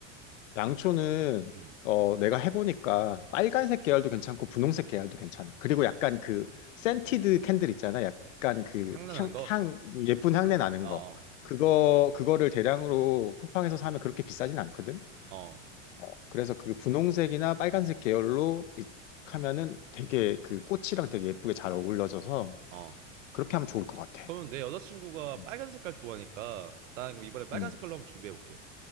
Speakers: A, on the left; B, on the right.
A: 양초는,
B: 음,
A: 어, 내가 해보니까 빨간색 계열도 괜찮고 분홍색 계열도 괜찮아. 그리고 약간 그 센티드 캔들 있잖아. 약간 그
B: 장난하는
A: 향,
B: 거?
A: 향, 예쁜 향내 나는
B: 어,
A: 거. 그거, 그거를 대량으로 쿠팡에서 사면 그렇게 비싸진 않거든.
B: 어, 어,
A: 어, 그래서 그 분홍색이나 빨간색 계열로 이- 하면은 되게 그 꽃이랑 되게 예쁘게 잘 어울러져서
B: 어.
A: 그렇게 하면 좋을 것 같아.
B: 그러면 내 여자친구가
A: 음.
B: 빨간 색깔 좋아하니까 나 그럼 이번에 빨간
A: 음.
B: 색깔로 한번 준비해 볼게.